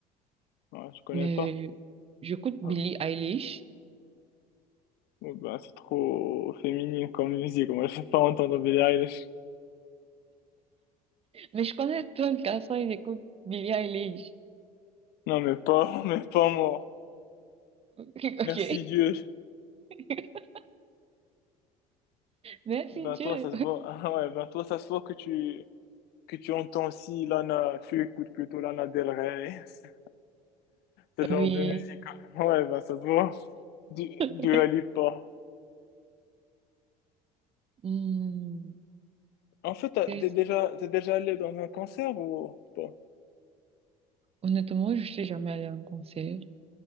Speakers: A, on the left; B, on the right.
A: Ouais, je connais
B: Mais
A: pas.
B: j'écoute Billie
A: Ah,
B: Eilish.
A: ouais, bah, c'est trop féminin comme musique, moi, je vais pas entendre Billie Eilish.
B: Mais je connais plein de garçons, ils écoutent Billie Eilish.
A: Non, mais pas, <laughs> mais pas moi.
B: <laughs>
A: Merci
B: Ok.
A: Dieu.
B: <laughs> Merci
A: Ben
B: Dieu.
A: toi, ça se voit. <laughs> Ah ouais, ben toi, ça se voit que tu, que tu entends aussi Lana, tu écoutes plutôt Lana Del Rey. <laughs> ce genre
B: Oui.
A: de musique. <laughs> Ouais, ben ça te voit. Du,
B: <laughs>
A: du Alipa.
B: Hmm,
A: En fait, t'as-
B: qu'est-ce-
A: t'es déjà, t'es déjà allé dans un concert ou pas?
B: Honnêtement, je suis jamais allée à un concert.